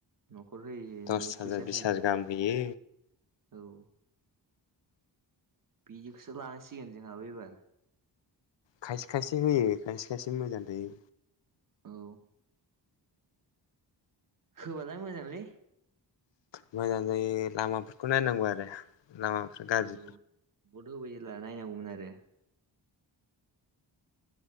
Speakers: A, on the right; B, on the left.
A: न'खर होयै होयै
B: दस
A: न'आव फैसा
B: हाजार बिस
A: होयै
B: हाजार
A: होयै
B: गाहाम होयो
A: औ बिदिखौसो लानांसिगोन जोंहाबो एबार
B: खायसे खायसे होयो खायसे खायसे मोजां थायो
A: औ होबालाय मोजांलै
B: मोजां जायो लामाफोरखौ नायनांगौ आरो लामाफ्रा गाज्रि
A: औ बद होबाय जेला नायनांगौमोन आरो